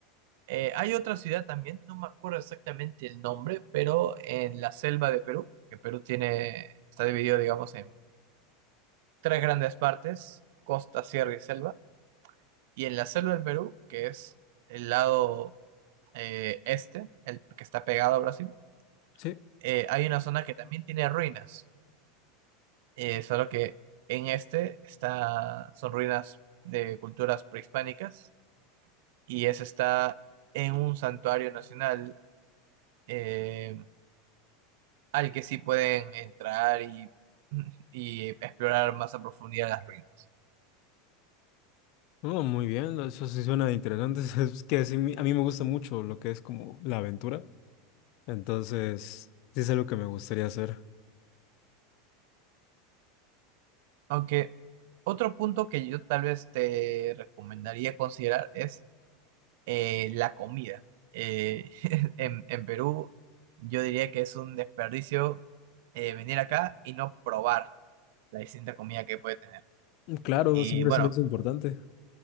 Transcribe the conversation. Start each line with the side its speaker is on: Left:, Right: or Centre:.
Right: eh, hay otra ciudad también, no me acuerdo exactamente el nombre, pero en la selva de Perú, que Perú tiene, está dividido, digamos, en tres grandes partes, costa, sierra y selva. Y en la selva del Perú, que es el lado eh, este, el que está pegado a Brasil,
Left: Sí.
Right: eh, hay una zona que también tiene ruinas, eh, solo que en este está, son ruinas de culturas prehispánicas y ese está en un santuario nacional eh, al que sí pueden entrar y, <laughs> y explorar más a profundidad las ruinas.
Left: Oh, muy bien, eso sí suena interesante. <laughs> Es que sí, a mí me gusta mucho lo que es como la aventura. Entonces, sí es algo que me gustaría hacer.
Right: Aunque otro punto que yo tal vez te recomendaría considerar es eh, la comida. Eh, <laughs> en, en Perú yo diría que es un desperdicio eh, venir acá y no probar la distinta comida que puede tener.
Left: Claro,
Right: Y
Left: siempre
Right: bueno,
Left: se me hace importante. <laughs>